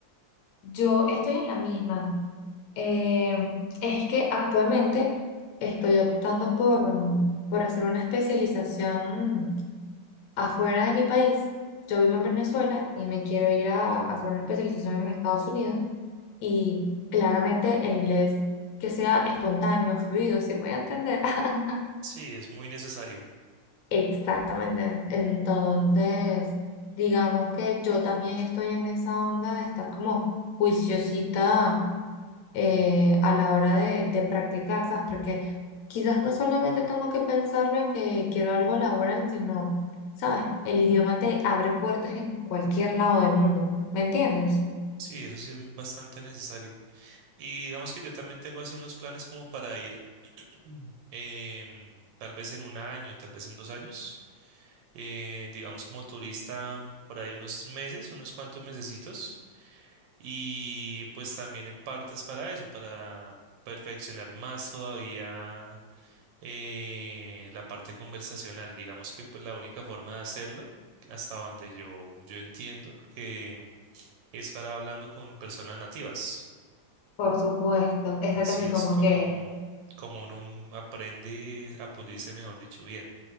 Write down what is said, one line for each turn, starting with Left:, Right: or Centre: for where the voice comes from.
Left: Yo estoy en la misma. Eh, es que actualmente estoy optando por, mm, por hacer una especialización afuera de mi país. Yo vivo en Venezuela y me quiero ir a, a hacer una especialización en Estados Unidos. y claramente el inglés que sea espontáneo, fluido, si voy a entender. <laughs>
Right: Sí, es muy necesario.
Left: Exactamente. Entonces, digamos que yo también estoy en esa onda de estar como juiciosita eh, a la hora de, de practicar, ¿sabes? Porque quizás no solamente tengo que pensarlo en que quiero algo laboral, sino, ¿sabes? El idioma te abre puertas en cualquier lado del mundo, ¿me entiendes?
Right: Sí, eso sí es bastante necesario. Y digamos que yo también tengo así unos planes como para ir, Ujú. em, tal vez en un año, tal vez en dos años, eh, digamos como turista por ahí unos meses, unos cuantos mesecitos, y pues también en partes para eso, para perfeccionar más todavía eh, la parte conversacional. Digamos que pues la única forma de hacerlo, hasta donde yo, yo entiendo, que es para hablando con personas nativas.
Left: Por supuesto, exactamente
Right: Así es
Left: como
Right: como,
Left: que
Right: como uno aprende a pulirse, mejor dicho, bien.